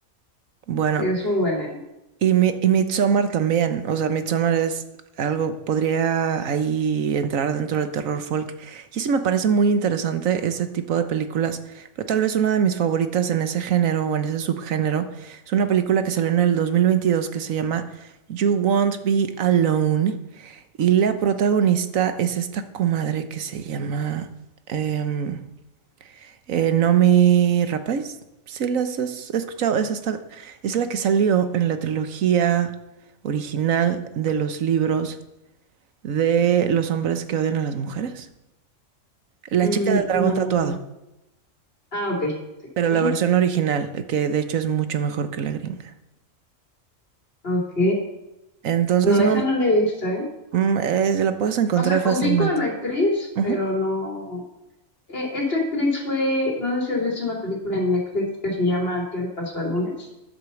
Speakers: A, on the right; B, on the left.
A: Bueno,
B: Sí, es muy buena.
A: Y, mi, y Midsommar también, o sea, Midsommar es algo, podría ahí entrar dentro del terror folk. Y eso me parece muy interesante, ese tipo de películas. Pero tal vez una de mis favoritas en ese género o en ese subgénero es una película que salió en el 2022 que se llama You Won't Be Alone. Y la protagonista es esta comadre que se llama... em, eh, Nomi Rapace, si las has escuchado, es esta, es la que salió en la trilogía original de los libros de los hombres que odian a las mujeres. La
B: Mm,
A: chica del dragón
B: no.
A: tatuado,
B: Ah, ok, sí.
A: pero la
B: <laughs>
A: versión original, que de hecho es mucho mejor que la gringa.
B: Ok.
A: Entonces
B: No, esa
A: no,
B: no la he visto, ¿eh?
A: mm, eh, se la puedes encontrar
B: O sea,
A: fácilmente.
B: ubico a la actriz,
A: Ujú.
B: pero no. Eh, esta actriz fue, no sé si has visto una película en Netflix que se llama ¿Qué le pasó al lunes?